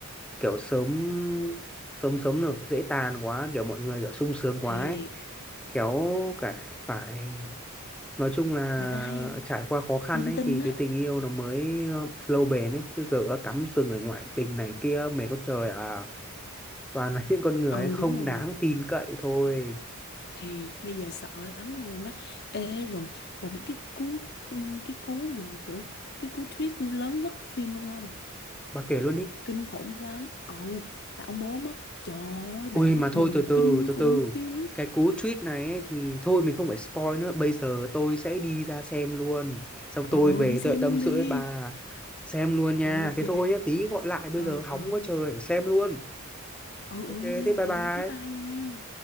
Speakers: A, in the centre; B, on the left.
A: kiểu sớm sớm sớm được dễ tàn quá, kiểu mọi người kiểu sung sướng quá
B: thì
A: ấy. Kéo cả phải nói chung là
B: người ta hay
A: trải qua khó khăn
B: linh
A: ấy
B: tinh
A: thì
B: á
A: cái tình yêu nó mới ờ, lâu bền ấy chứ giờ đã cắm sừng ở ngoại tình này kia mày có trời à toàn là <laughs> những con người
B: ừ
A: ấy không
B: đúng rồi
A: đáng tin cậy thôi
B: thì bây giờ sợ lắm luôn á ê rồi bà biết cái cú ừ, cái cú mà kiểu cái cú twist lớn nhất của phim luôn không
A: bà kể luôn đi
B: kinh khủng lắm ừ là ông bố mất trời ơi đoạn
A: ui
B: nó
A: mà thôi
B: buồn
A: từ từ
B: kinh
A: từ
B: khủng
A: từ
B: khiếp
A: cái cú tweet này ấy, thì thôi mình không phải spoil nữa bây giờ tôi sẽ đi ra xem luôn xong
B: ừ
A: tôi về
B: đi xem
A: tôi lại tâm
B: luôn
A: sự
B: đi
A: với bà xem luôn nha
B: ok
A: thế thôi nhá tí gọi lại bây
B: ừ
A: giờ hóng
B: ừ
A: quá trời xem luôn
B: ừ
A: ok
B: ừ đi xem
A: thế
B: lẹ
A: bye bye
B: đi bye bye nha